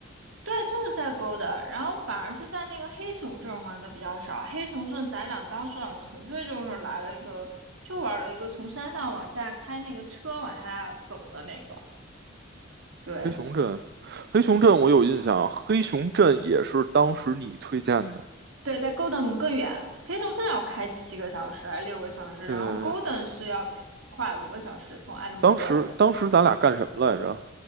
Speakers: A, on the right; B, on the right.
A: 对，就是在 Golden，然后反而是在那个黑熊镇玩的比较少。黑熊镇咱俩当时好像纯粹就是来了一个，就玩了一个从山上往下开那个车往下走的那个。对，
B: 黑熊镇，黑熊镇我有印象，
A: 嗯，
B: 黑熊镇也是当时你推荐的。
A: 对，在 Golden 更远，黑熊镇要开七个小时还是六个小时，
B: 对，
A: 然后 Golden 是要快五个小时从埃德蒙顿。
B: 当时当时咱俩干什么来着？